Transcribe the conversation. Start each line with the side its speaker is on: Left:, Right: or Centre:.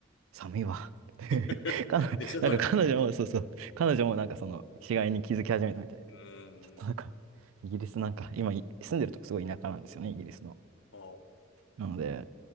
Right: 寒いわ。<laughs>
Left: <laughs>
Right: かな、
Left: でしょうね。
Right: なんか彼女も、そうそう、彼女もなんかその違いに気づき始めたみたいで、
Left: うーん。
Right: ちょっとなんか、イギリスなんか、今い住んでるとこすごい田舎なんですよね、イギリスの。
Left: おう。
Right: なので、